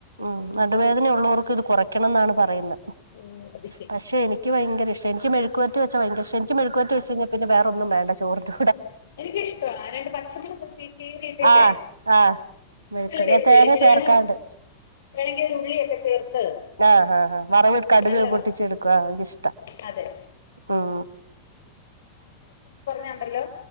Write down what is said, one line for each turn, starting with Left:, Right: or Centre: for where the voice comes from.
Right: ഉം നടുവേദന ഉള്ളോർക്ക് ഇത് കൊറക്ക ക്കണംന്നാണ് പറയുന്ന
Left: ഓ അത് ശരി
Right: പക്ഷെ എനിക്ക് ഭയങ്കര ഇഷ് ക്ഷേ എനിക്ക് മെഴുക്കു പെരട്ടി വെച്ച ഭയങ്കര ക്ഷേ എനി <unintelligible> മെഴുക്കു പെരട്ടി വച്ച് കഴിഞ്ഞാ പിന്നെ വേറൊന്നും വേ ചോറ്ത്തു
Left: എനിക്കിഷ്ട്ടമാ രണ്ട് പച്ചമുളക് ക്കി കീറിട്ടിട്ടെ
Right: ആഹ് ആഹ് മെഴുക്ക്
Left: നല്ല ടേസ്റ്റ്ല്ലേ
Right: ഞാൻ തേങ്ങ
Left: ഇച്ചിരി
Right: ചേർക്കാണ്ട്
Left: വേണെ വേണെങ്കി ഒരുള്ളിയൊക്കെ ചേർത്ത്
Right: ആഹ് ആഹ് ആഹ് വറവ് കട്ക്
Left: നല്ലതാ
Right: പൊട്ടിച്ചെടുക്ക്വു എനിക്കിഷ്ടാ
Left: അതെ
Right: ഉം
Left: ഞണ്ടല്ലോ